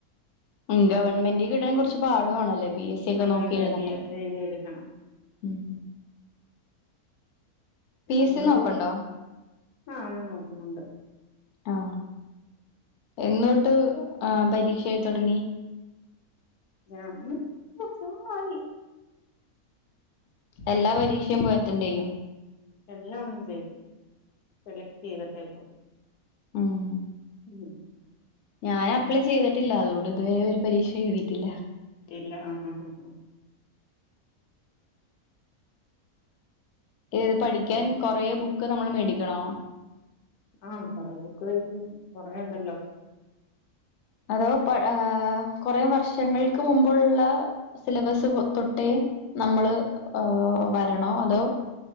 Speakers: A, on the left (about 65°); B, on the left (about 85°).
A: ഉം ഗവൺമെന്റി കിട്ടാൻ കുറച്ച് പാടുവാണല്ലേ? പി എസ് സി ഒക്കെ
B: ആണ്ട്
A: നോക്കി എഴുതണ്ടേ
B: പി എസ് എഴുതി എടുക്കണം
A: ഉം പി
B: അതുകൊണ്ട്
A: എസ് സി നോക്കണ്ടോ?
B: ആ ഞാൻ നോക്കുന്നൊണ്ട്.
A: ആ എന്ന്വട്ട് ആ പരീക്ഷയെഴുതുടങ്ങി?
B: ഞാന് കൊറച്ചുനാളായി.
A: എല്ലാ പരീക്ഷയും പോയറ്റൻഡ് ചെയ്യോ?
B: എല്ലാം ഒന്നും ചെയ്തിട്ടില്ല സെലക്ട് ചെയ്തിട്ടേ പോകത്തൊള്ളൂ..
A: ഉം
B: ഉം
A: ഞാൻ അപ്ലൈ ചെയ്തിട്ടില്ല. അതുകൊണ്ട് ഇതുവരെ ഒരു പരീക്ഷെ എഴുതിയിട്ടില്ല.
B: ഇല്ല ആ ആ ആ
A: ഏത് പഠിക്കാൻ
B: ഉം
A: കൊറേ ബുക്ക് നമ്മള് മേടിക്കണോ?
B: ആ കൊറേ ബുക്ക് മേടിക്കണം കൊറേയൊണ്ടല്ലോ.
A: അഥവാ പ ആ കൊറേ വർഷങ്ങൾക്ക് മുമ്പുള്ള സിലബസ് തൊട്ടേ നമ്മള് അ വരണോ അതോ?